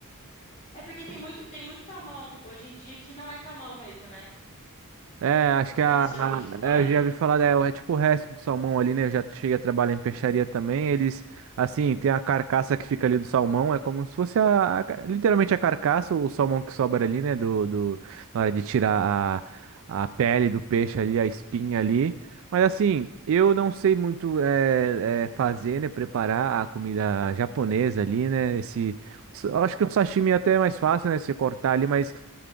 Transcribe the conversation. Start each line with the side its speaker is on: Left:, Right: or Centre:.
Left: É porque tem muito, tem muito salmão hoje em dia que não é salmão mesmo, né?
Right: É, acho que
Left: Não
Right: a,
Left: sei se
Right: a-
Left: você já ouviu essa história.
Right: é, eu já vi falar, é, o- é tipo o resto do salmão ali, né? Eu já cheguei a trabalhar em peixaria também. Eles, assim, tem a carcaça que fica ali do salmão, é como se fosse a, a literalmente a carcaça, o salmão que sobra ali, né? Do, do, na hora de tirar a, a pele do peixe ali, a espinha ali. Mas assim, eu não sei muito é, é, fazer, né? Preparar a comida japonesa ali, né? Esse, eu acho que o sashimi é até mais fácil, né? Se cortar ali, mas.